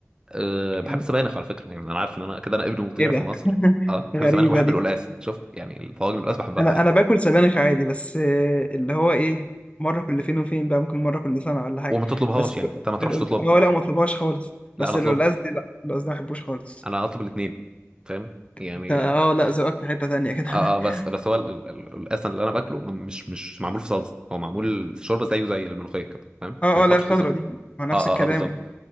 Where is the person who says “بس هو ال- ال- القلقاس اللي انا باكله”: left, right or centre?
Right